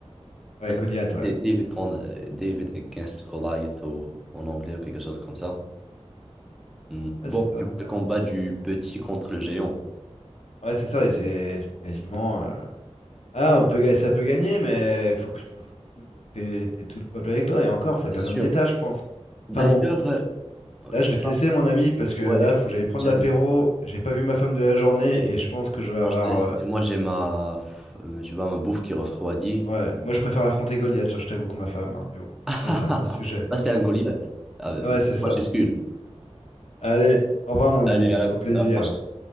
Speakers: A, on the left; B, in the centre.
A: Ouais,
B: Parce
A: Goliath,
B: qu'en fait,
A: ouais.
B: c'est David, con- euh, David against Goliath au- en anglais ou quelque chose comme ça. Hmm.
A: Ouais,
B: Bon,
A: c'est ça.
B: tu vois le
A: Ouais,
B: combat du petit contre le géant.
A: Ouais, c'est ça, et c'est c'est quasiment. euh, Ah, on peut, ga- ça peut gagner, mais faut que tu faut que tout- t'aies, t'aies tout le peuple avec toi. Et encore, faut être
B: C'est
A: un
B: sûr.
A: homme d'État, je pense.
B: D'ailleurs,
A: Enfin bon,
B: euh,
A: là,
B: tu...
A: je vais te laisser, mon ami, parce que
B: ouais,
A: là, faut que j'aille prendre
B: j'allais.
A: l'apéro. J'ai pas vu ma femme de la journée et je pense que je vais
B: Non,
A: avoir.
B: je te laisse.
A: euh,
B: Et moi, j'ai ma, pff, euh, tu vois, ma bouffe qui refroidit.
A: Ouais, moi, je préfère affronter Goliath, hein, je t'avoue que ma femme. hein, mais bon,
B: <laughs>
A: ça, c'est un autre sujet.
B: Ça, c'est un Goliath. Ah, euh,
A: Ouais, c'est ça.
B: moi, je suis Skull.
A: Allez, au revoir, mon
B: Allez,
A: ami.
B: à la
A: Au plaisir.
B: à la prochaine.